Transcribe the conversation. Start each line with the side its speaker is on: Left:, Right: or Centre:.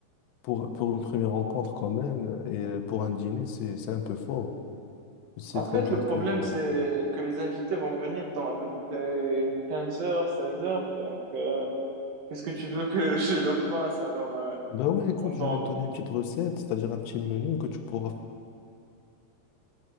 Left: pour, pour une première rencontre quand même et euh, pour un dîner, c'est, c'est un peu fort. Tu sais
Right: En
Left: très
Right: fait,
Left: bien
Right: le problème,
Left: que... euh,
Right: c'est que les invités vont venir dans à peu près 15 heures, 16 heures. Donc, euh, qu'est-ce que tu veux que <laughs> je leur fasse alors euh,
Left: Ben ouais, écoute,
Right: pendant...
Left: je vais te donner une petite recette, c'est-à-dire un petit menu que tu pourras...